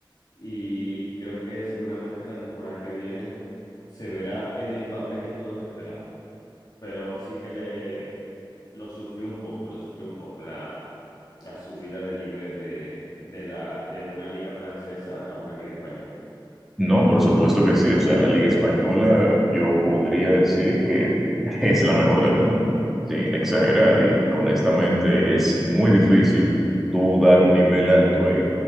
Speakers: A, on the left; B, in the centre.
A: Y creo que seguramente la temporada que viene se verá el Mbappé que todos esperamos. Pero sí que le lo sufrió un poco, lo sufrió un poco. La, la subida de nivel de, de la, de una liga francesa a una liga española.
B: No, por supuesto que sí. O sea, la Liga Española yo podría decir que <laughs> es la mejor del mundo, sin exagerar. Y honestamente es muy difícil tú dar un nivel alto ahí,